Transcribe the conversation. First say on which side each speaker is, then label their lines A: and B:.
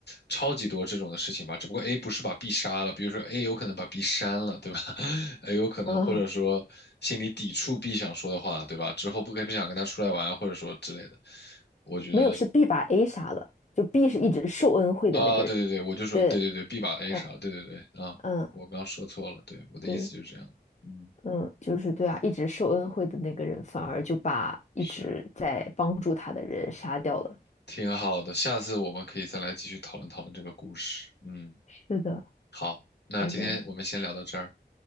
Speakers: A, on the left; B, on the left.
A: 超级多这种的事情吧，只不过 A 不是把 B 杀了，比如说 A 有可能把 B 删了，对吧 <laughs>？A 有可能或者说心里抵触
B: 啊，
A: B 想说的话，对吧？之后不跟不想跟他出来玩，或者说之类的，我觉得。
B: 没有是 B 把 A 杀了，就 B 是一直受恩惠的那个人，
A: 啊，对对对，我就说对对对，B
B: 对。
A: 把 A
B: 嗯。
A: 啥，对对对啊，
B: 嗯，
A: 我刚说错了，对，我的意思就是这样，
B: 对，
A: 嗯，
B: 嗯，就是对啊，一直受恩惠的那个人，反而就把一直在帮助他的人杀掉了。
A: 是挺好的，下次我们可以再来继续讨论讨论这个故事，嗯，
B: 是的，
A: 好，那今天我们先聊到这儿，
B: 反正